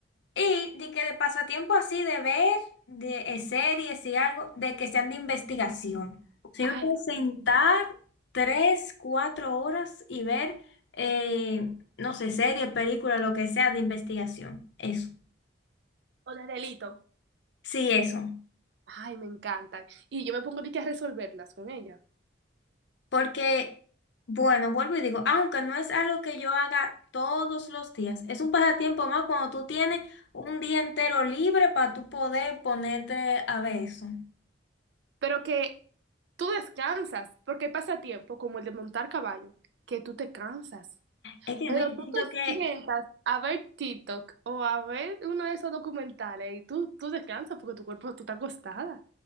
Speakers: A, on the left; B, on the right.
A: Y de que de pasatiempo así, de ver de, eh, series y algo, de que sean de investigación. Si
B: Ay,
A: me puedo sentar
B: sí.
A: tres, cuatro horas y ver, eh, no sé, serie, película, lo que sea de investigación. Eso.
B: O de delito.
A: Sí, eso.
B: Ay, me encantan. Y yo me pongo de que a resolverlas con ella.
A: Porque, bueno, vuelvo y digo, aunque no es algo que yo haga todos los días, es un pasatiempo más cuando tú tienes un día entero libre para tú poder ponerte a ver eso.
B: Pero que tú descansas, porque hay pasatiempo como el de montar caballo, que tú te cansas.
A: Es que
B: Pero
A: no, yo
B: tú
A: siento
B: te
A: que
B: sientas a ver TikTok o a ver uno de esos documentales y tú, tú descansas porque tu cuerpo, tú estás acostada.